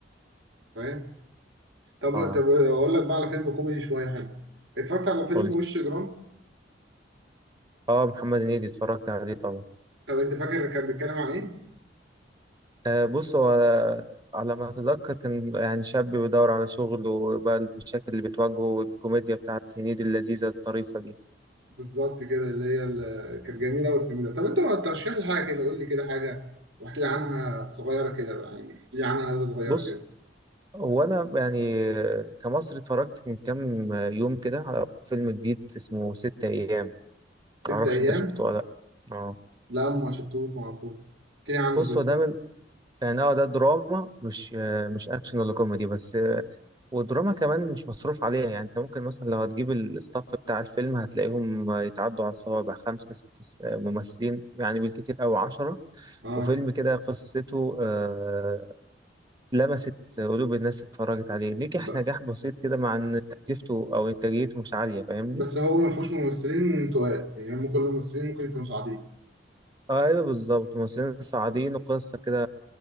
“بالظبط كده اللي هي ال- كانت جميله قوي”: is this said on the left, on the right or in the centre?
Right